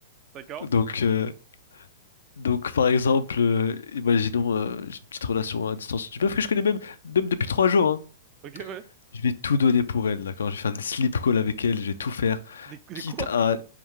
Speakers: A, on the right; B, on the left.
A: D'accord.
B: Donc, euh, Donc, par exemple, euh, imaginons, euh, j'ai une petite relation à distance d'une meuf que je connais même, même depuis trois jours, hein.
A: Ok, ouais.
B: Je vais tout donner pour elle, d'accord? Je vais faire des sleep calls avec elle, je vais tout faire,
A: Des, des
B: quitte
A: quoi?
B: à,